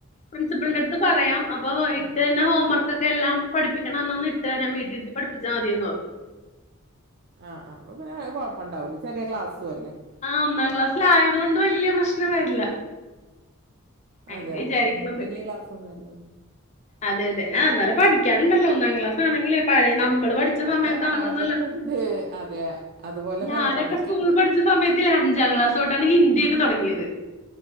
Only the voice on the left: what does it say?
പ്രിൻസിപ്പലിന്റെ അടുത്ത് പറയാം അപ്പൊ ഇട്ട്
തന്ന ഹോംവർക്ക് ക്കെല്ലാം പഠിപ്പിക്കണഎന്നന്ന ഇട്ട് തരാ വീട്ടിരുത്തി പഠിച്ചൽ മതിയന്ന് പറഞ്ഞു.
ആ ഒന്നാം ക്ലാസ്സിൽയതു കൊണ്ട് വലിയ പ്രശ്നം വരില്ല. അങ്ങനെ
വിചാരിക്കണത്
അതെ അതെ ആ എന്നാലും പഠിക്കാുണ്ടല്ലോ? ഒന്നാം ക്ലാസ് ആണെങ്കിൽ പഴ നമ്മള് പഠിച്ച
സമയത്താണെങ്കിന്നല്ല
ഞാനൊക്കെ
സ്കൂളിൽ പഠിച്ച സമയത്തില്ലേ അഞ്ചാം ക്ലാസൊട്ടാണ് ഹിന്ദി ഒക്കെ തുടങ്ങിയത്.